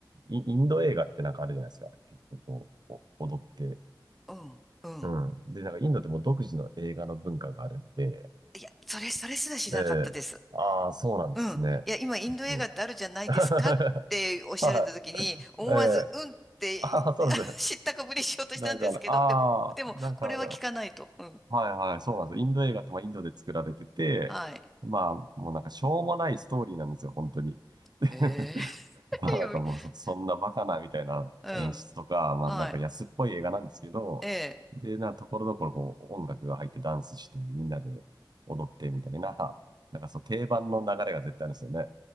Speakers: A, on the right; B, in the centre.
A: イインド映画ってなんかあるじゃないですか。結構こう、お踊って。
B: うん、うん。
A: うん。で、なんかインドってもう独自の映画の文化があるんで、
B: いや、それ、それすらしなかったです。
A: ええああー、そうなんですね。
B: うん。いや、今、
A: そうそう。
B: インド映画ってあるじゃないですかっておっしゃられた時に、
A: <laughs> は
B: 思わず、
A: い。ええ
B: うんって
A: ああー、そうですね。
B: <laughs> 知ったかぶりしようとしたんですけど、
A: だから、ああ、
B: でも、でも、
A: なんか、
B: これは聞かないと。うん。
A: はいはい、そうなんですよ。インド映画ってまあインドで作られてて、
B: はい。
A: まあもうなんかしょうもないストーリーなんですよ、本当に。で
B: へえ。<laughs>
A: <laughs> まあなんかもうそ、そんなバカなみたいな演出とか、
B: うん。
A: まあなんか安っぽい映画なんですけど、
B: はい。ええ。
A: で、な、ところどころこう音楽が入ってダンスしてみんなで踊ってみたいな、なんかそう定番の流れが絶対あるんですよね。